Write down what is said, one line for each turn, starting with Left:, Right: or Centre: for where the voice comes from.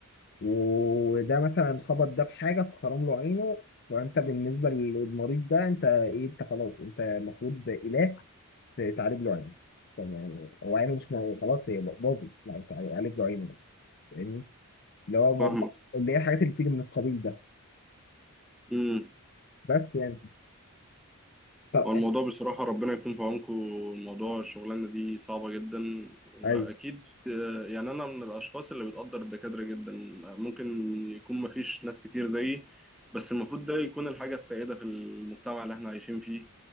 Left: وده مثلا خبط ده بحاجه فخرم له عينه وانت بالنسبه للمريض ده انت ايه انت خلاص انت المفروض اله تعالج له عينه تمام هو عينه مش مو- خلاص هي باظت لا انت عالج له عينه بقى فاهمني اللي هو موضوع
Centre: فاهمك
Left: اللي هي الحاجات اللي بتيجي من القبيل ده
Centre: امم
Left: بس يعني طب
Centre: هو الموضوع بصراحة ربنا يكون في عونكم الموضوع الشغلانة دي صعبة جدا وأكيد
Left: ايوه
Centre: آه، يعني أنا من الأشخاص اللي بتقدر الدكاترة جدا آه، ممكن يكون مفيش ناس كتير زيي بس المفروض ده يكون الحاجة السائدة في المجتمع اللي احنا عايشين فيه